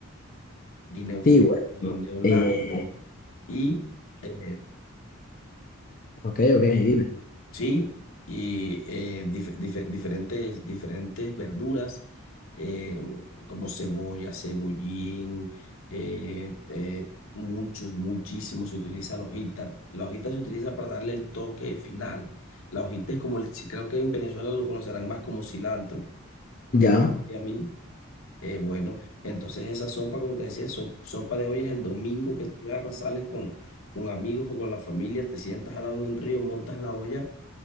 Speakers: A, on the left (about 70°); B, on the left (about 40°).
A: guineo
B: Sí,
A: filo,
B: bueno.
A: guineo
B: ¿no?
A: largo
B: Eh,
A: y eh,
B: ok, ok, dime.
A: Sí, y eh, dif- dife- diferentes, diferentes verduras eh, como cebolla, cebollín, eh, eh, muchos, muchísimos se utiliza la hojita. La hojita se utiliza para darle el toque final. La hojita es como el, ci- creo que en Venezuela lo conocerán más como cilantro,
B: Ya.
A: me parece a mí. Eh, bueno, entonces esa sopa, como te decía, so- sopa de hoy es el domingo que tú agarras, sales con, con amigos o con la familia, te sientas al lado de un río, montas la olla